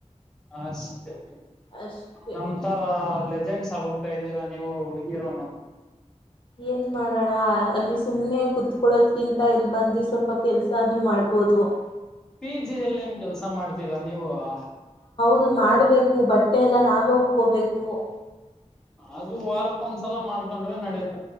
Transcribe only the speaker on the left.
ಅಷ್ಟೆ
ಏನ್ ಮಾಡೋಣ, ಅಲ್ಲಿ ಸುಮ್ನೆ ಕುತ್ಕೊಳ್ಳೋದ್ಕಿಂತ, ಇಲ್ಲಿಬಂಧಿ, ಸ್ವಲ್ಪ ಕೆಲ್ಸ ಆದ್ರು, ಮಾಡು. <unintelligible> ಓದು. <inaudible>
ಅದು, ಮಾಡ್ಬೇಕು, ಬಟ್ಟೆ, ಎಲ್ಲ ನಾವೇ ಉಕೋಬೇಕು. <inaudible>